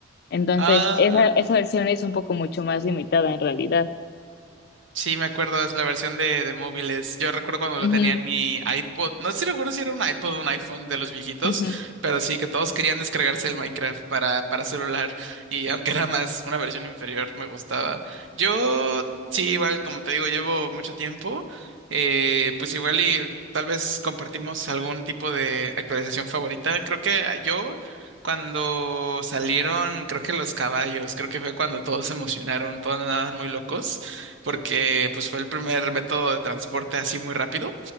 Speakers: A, on the left (about 50°); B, on the right (about 70°).
A: Entonces,
B: Ah.
A: esa, esa versión es un poco mucho más limitada en realidad.
B: Sí, me acuerdo, es la versión de, de móviles. Yo recuerdo cuando lo
A: Ujú,
B: tenía en mi iPod. No sé si recuerdo si era un iPod o un iPhone de los viejitos,
A: ujú,
B: pero sí que todos querían descargarse el Minecraft para, para celular. Y aunque era más una versión inferior, me gustaba. Yo, sí, igual, como te digo, llevo mucho tiempo. eh, pues igual y tal vez compartimos algún tipo de actualización favorita. Creo que yo. Cuando salieron, creo que los caballos, creo que fue cuando todos se emocionaron, todos andaban muy locos porque pues fue el primer método de transporte así muy rápido.